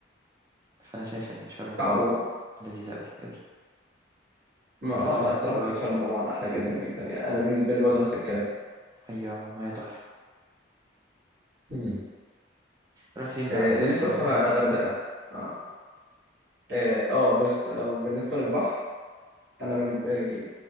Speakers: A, on the right; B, on the right.
A: فأنا شايف إن شرم
B: تعوض
A: لذيذة قوي قوي
B: ما اه
A: فسح
B: لا
A: وخروجات
B: الصراحه اكيد شرم طبعا احلى جدا جدا يعني انا بالنسبه لي برضه نفس الكلام
A: ومية مية تحفة
B: مم.
A: رحت فين بقى
B: آه،
A: آه،
B: اللي
A: مثلا
B: نفسي اروح الغردقه
A: بحرم تل-
B: اه اه آه، بص لو بالنسبه للبحر انا بالنسبه لي